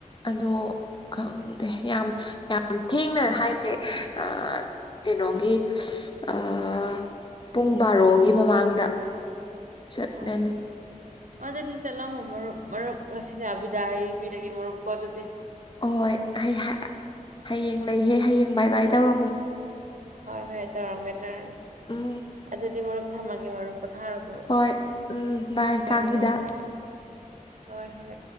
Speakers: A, on the left (about 35°); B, on the right (about 70°).
A: ꯑꯗꯣ ꯈꯪꯗꯦ ꯌꯥꯝ ꯌꯥꯝ ꯊꯦꯡꯅ ꯍꯥꯏꯁꯦ ꯑꯥ ꯀꯩꯅꯣꯒꯤ ꯑꯥ ꯄꯨꯡ ꯕꯥꯔꯣꯒꯤ ꯃꯃꯥꯡꯗ ꯆꯠꯂꯅꯤ
B: ꯑꯣ ꯑꯗꯨꯗꯤ ꯆꯠꯂꯝꯃꯣ ꯃꯔꯨꯞ ꯃꯔꯨꯞ ꯉꯁꯤꯅꯥ ꯕꯤꯗꯥꯏ ꯄꯤꯔꯒꯦ ꯃꯔꯨꯞꯀꯣ ꯑꯗꯨꯗꯤ
A: ꯍꯣꯏ ꯍꯦ-ꯍ-ꯑ ꯍꯌꯦꯡ ꯂꯩꯍꯦ ꯍꯌꯦꯡ ꯕꯥꯏ ꯕꯥꯏ ꯇꯧꯔꯝꯃꯨ
B: ꯍꯣꯏ ꯍꯣꯏ ꯇꯧꯔꯝꯒꯦ ꯇꯧꯔꯝꯒꯦ
A: ꯎꯝ
B: ꯑꯗꯨꯗꯤ ꯃꯔꯨꯞ ꯊꯝꯃꯒꯦ ꯃꯔꯨꯞ ꯄꯣꯊꯥꯔꯕ꯭ꯔꯣ
A: ꯍꯣꯏ
B: ꯃꯔꯨꯄ
A: ꯎꯝ ꯕꯥꯏ
B: ꯍꯣꯏ ꯍꯣꯏ
A: ꯀꯥꯡ
B: ꯃꯔꯨꯞ
A: ꯍꯤꯗꯥꯛ
B: <inaudible> ꯍꯣꯏ ꯍꯣꯏ